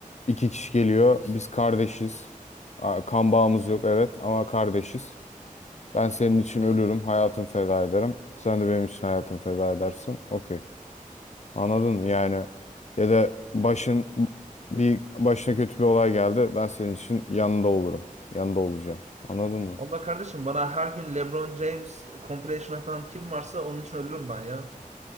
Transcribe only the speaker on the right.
Valla kardeşim bana her gün LeBron James compilation atan kim varsa onun için ölürüm ben ya.